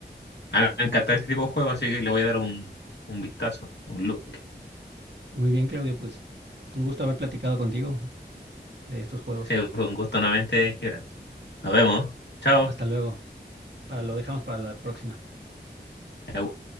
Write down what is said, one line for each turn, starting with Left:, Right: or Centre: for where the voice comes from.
Left: A mí me encanta este tipo de juegos, así que le voy a dar un, un vistazo, un look.
Right: Muy bien, Claudio, pues un gusto haber platicado contigo de estos juegos.
Left: Sí, fue un gusto nuevamente, Gibran. Nos vemos. Chao.
Right: Hasta luego. Para lo dejamos para la próxima.
Left: Eu.